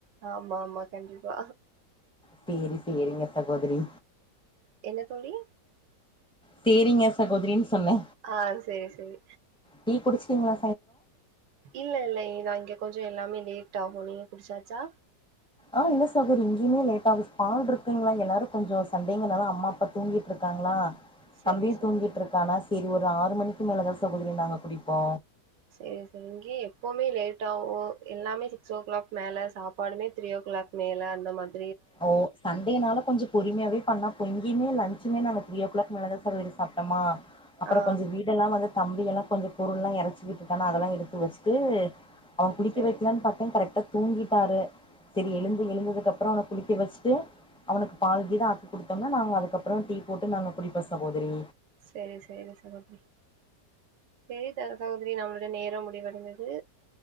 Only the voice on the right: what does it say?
ஆமா ஆமா கண்டிப்பா
என்ன தோழி
ஆ சேரி சேரி
இல்ல இல்ல இதா இங்க கொஞ்சோ எல்லாமே லே ட்டாகு நீங்க குடிச்சாச்சா
சேரி
சேரி
சேரி சேரி இங்கே எப்போமே லேட் ஆவு எல்லாமே சிக்ஸ் ஓ கிளாக் மேல சாப்பாடுமே த்ரீ ஓ கிளாக் மேல அந்த மாதி
ஆ
சேரி
சேரி சேரி சகோதரி சேரி த சகோதரி நம்மளோட நேரம் முடிவடைந்தது